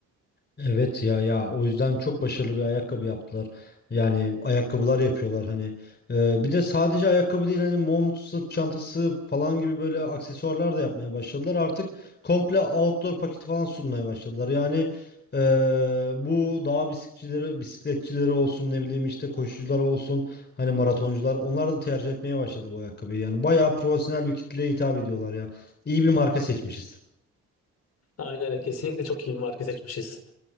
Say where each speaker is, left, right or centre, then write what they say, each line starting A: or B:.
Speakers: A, on the left (about 35°); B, on the left (about 55°).
A: Evet ya ya o yüzden çok başarılı bir ayakkabı yaptılar. Yani ayakkabılar yapıyorlar hani. Ee, bir de sadece ayakkabı değil hani mont, sırt çantası falan gibi böyle aksesuarlar da yapmaya başladılar. Artık komple outdoor paketi falan sunmaya başladılar. Yani e, bu dağ bisikletçileri, bisikletçileri olsun ne bileyim işte koşucular olsun hani maratoncular onlar da tercih etmeye başladı bu ayakkabıyı. Yani bayağı profesyonel bir kitleye hitap ediyorlar ya. İyi bir marka seçmişiz.
B: Aynen öyle. kesinlikle çok iyi bir marka seçmişiz.